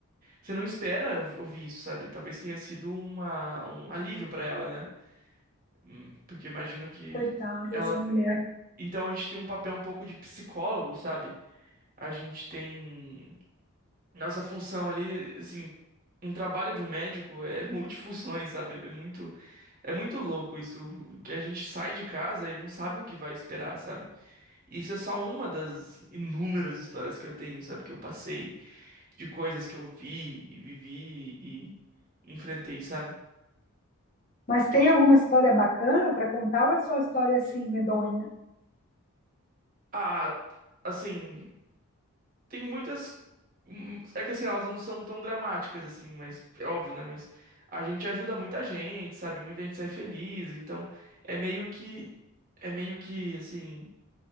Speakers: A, on the right; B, on the left.
A: Você não espera ouv- ouvir isso, sabe? Talvez tenha sido uma, um alívio pra ela, né? Hum, Porque imagino que
B: Coitada dessa
A: ela.
B: mulher.
A: Então a gente tem um papel um pouco de psicólogo, sabe? A gente tem. Nossa função ali, assim, um trabalho de um médico é <laughs> multifunções, sabe? É muito. É muito louco isso, que a gente sai de casa e não sabe o que vai esperar, sabe? Isso é só uma das inúmeras histórias que eu tenho, sabe? Que eu passei, de coisas que eu vi e vivi e enfrentei, sabe?
B: Mas tem alguma história bacana para contar ou é só história assim, medonha?
A: Ah, assim, tem muitas. hum, É que assim, elas não são tão dramáticas, assim, mas é óbvio, né? Mas a gente ajuda muita gente, sabe? Muita gente sai feliz, então é meio que. É meio que, assim,